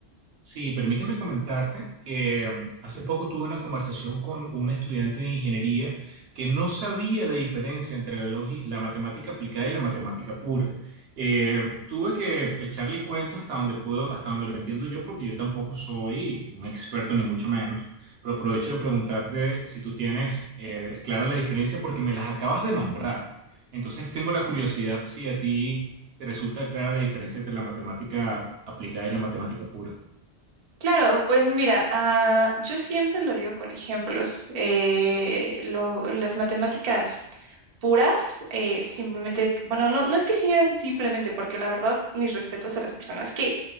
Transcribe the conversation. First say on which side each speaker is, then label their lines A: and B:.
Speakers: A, on the right; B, on the right.
A: Sí, permíteme comentarte que mm, hace poco tuve una conversación con un estudiante de ingeniería que no sabía la diferencia entre la, logi- la matemática aplicada y la matemática pura. Eh, tuve que echarle el cuento hasta donde puedo, hasta donde lo entiendo yo, porque yo tampoco soy un experto ni mucho menos, pero aprovecho de preguntarte si tú tienes eh, clara la diferencia porque me las acabas de nombrar. Entonces tengo la curiosidad si a ti te resulta clara la diferencia entre la matemática aplicada y la matemática pura.
B: Claro, pues mira, ah, yo siempre lo digo con ejemplos. Eh, lo- las matemáticas puras, eh, simplemente, bueno, no, no es que sean simplemente, porque la verdad, mis respetos a las personas que,